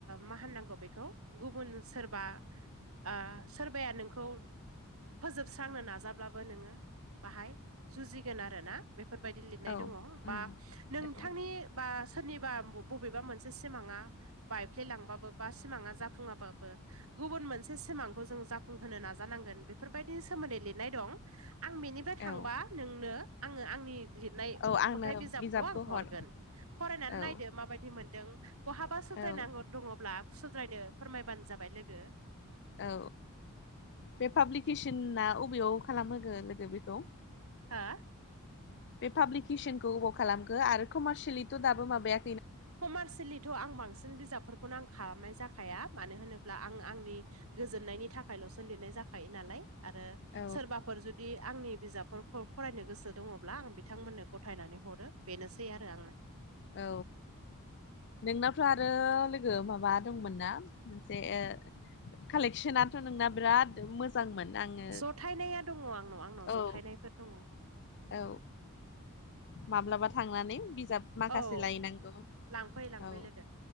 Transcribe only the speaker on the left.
औ
उम औ
औ
औ आंनो
बिजाबखौ
हर
औ
औ
औ बे पाब्लिकेसना अबेयाव खालामहोगोन लोगो बेखौ
बे पाब्लिकेसनखौ अबाव खालामखो आरो कमारसियेलिथ' दाबो माबाया
औ
औ नोंनावथ' आरो लो गो माबा दंमोनना मोनसे ओ कालेकसनाथ' नोंना बिराद मो जांमोन आङो
औ
औ माब्लाबा थांनानै बिजाब माखासे
लायनांगौ
औ